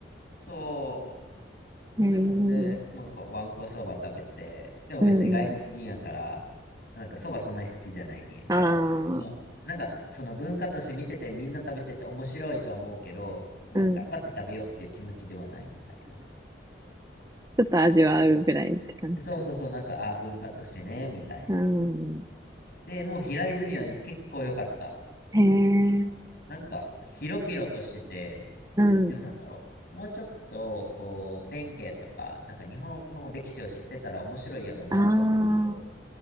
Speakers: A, on the left (about 55°); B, on the right (about 20°).
A: そう。まあでも、
B: えー、
A: で、なんかわんこそば食べて、でも別に外国人やから、
B: うんうん。
A: なんかそばそんなに好きじゃないねんやんか。
B: あ
A: そのなんかその文化として見ててみんな食べてて面白いと思うけど、
B: あ、
A: なんか頑張って食べようっていう気持ちではないみたいな。
B: うん。ちょっと味わうぐらいって感じか。
A: でそうそうそう、なんか、ああ、文化としてね、みたいな。
B: うん。
A: で、でも平泉は結構良かった。
B: へえ、
A: なんか、広々としてて、
B: うん。
A: でもなんだろう、もうちょっと、こう、弁慶とか、なんか日本の歴史を知ってたら面白いやろうなと思うけど、
B: ああ、